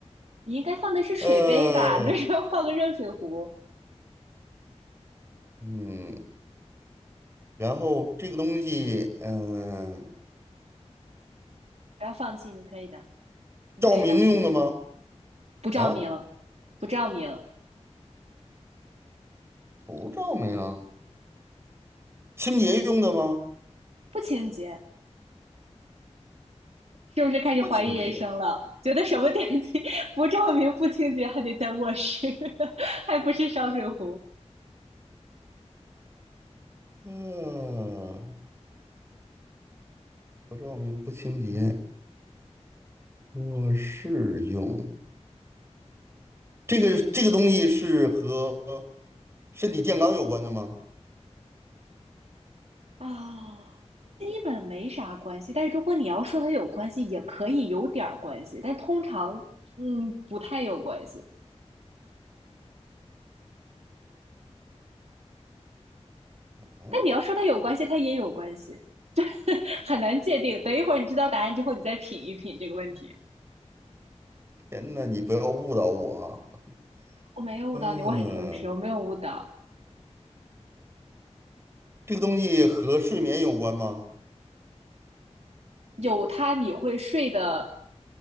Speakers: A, on the right; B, on the right.
A: 你应该放的是水杯吧？
B: 嗯
A: <laughs> 你为什么要放个热水壶？
B: 嗯，然后这个东西，嗯，
A: 不要放弃，你可以的，你可以的，
B: 照明用的吗？
A: 不照明，
B: 啊？
A: 不照明，
B: 不照明，清洁用的吗？
A: 不清洁，是不是开始怀疑人生了？
B: 不清洁。
A: 觉得什么电器 <laughs> 不照明、不清洁，还得在卧室，<laughs> 还不是烧水壶？
B: 嗯，不照明不清洁，卧室用。这个这个东西是和身体健康有关的吗？
A: 啊，基本没啥关系。但如果你要说它有关系，也可以有点儿关系，但通常，嗯，不太有关系。
B: 嗯，
A: 但你要说它有关系，它也有关系，<laughs> 很难界定。等一会儿你知道答案之后，你再品一品这个问题。
B: 天呐，你不要误导我啊。
A: 我没有误导你，
B: 嗯，
A: 我很诚实，我没有误导。
B: 这个东西和睡眠有关吗？
A: 有它你会睡得